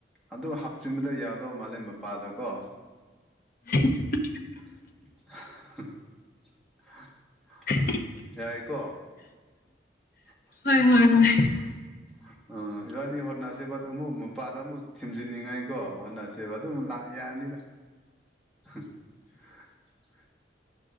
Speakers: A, in the centre; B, on the left.
A: ꯑꯗꯨꯒ ꯍꯥꯞꯆꯤꯟꯕꯗ ꯌꯥꯗꯧ ꯃꯥꯜꯂꯦ ꯃꯄꯥꯗꯀꯣ
B: <inaudible>
A: <inaudible>
B: <inaudible>
A: ꯌꯥꯏꯀꯣ <inaudible>
B: ꯍꯣꯏ ꯍꯣꯏ ꯍꯣꯏ
A: ꯎꯝ ꯏꯕꯥꯅꯤ ꯍꯣꯠꯅꯁꯤꯕ ꯑꯃꯨꯛ ꯃꯄꯥꯗ ꯑꯃꯨꯛ ꯊꯤꯟꯖꯤꯟꯅꯤꯡꯉꯥꯏꯀꯣ ꯍꯣꯠꯅꯁꯤ ꯁꯦꯕ ꯑꯗꯨꯝ ꯂꯥꯛ ꯌꯥꯔꯅꯤꯗ <unintelligible>